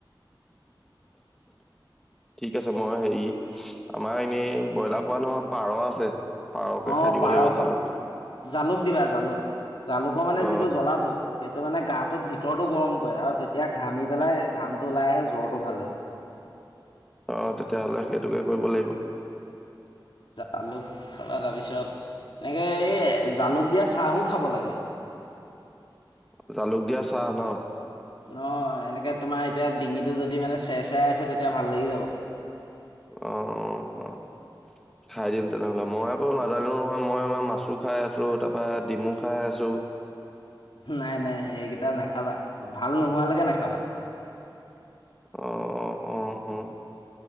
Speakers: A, on the left; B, in the centre.
A: <inaudible>
B: ঠিক আছে, মই হেৰি আমাৰ এনেই ব্ৰইলাৰ খোৱা নহয় পাৰ আছে পাৰকে
A: অ'
B: খাই দিব
A: পাৰ
B: লাগিব
A: খাবা
B: জালুক দি
A: জালুক দিবা জালুক। জালুকৰ মানে
B: অ
A: যিটো জ্বলাটো সেইটো টো মানে গাটো ভিতৰতো গৰম কৰে আৰু তেতিয়া ঘামি পেলাই ঘামটো ওলাই আহে জ্বৰটো ভাল হয়।
B: অহ, তেতিয়াহ'লে সেইটোকে কৰিব লাগিব।
A: জালুক খালা তাৰপিছত এনেকে এই জালুক দিয়া চাহো খাব লাগে।
B: জালুক দিয়া চাহ নহ।
A: অহ, এনেকে তোমাৰ এতিয়া ডিঙিটো যদি মানে চেৰ -চেৰাই আছে তেতিয়া ভাল লাগি যাব।
B: অহ- অহ- অহ
A: <inaudible>
B: খাই দিম তেনেহ'লে মই আকৌ নাজানো নহয় মই অনা মাছো খাই আছোঁ, তাৰ পা ডিমু খাই আছোঁ।
A: নাই -নাই এইকেইটা নেখাবা ভাল নোহোৱালৈকে নেখাবা।
B: অহ-অহ- অহ- অহ - উম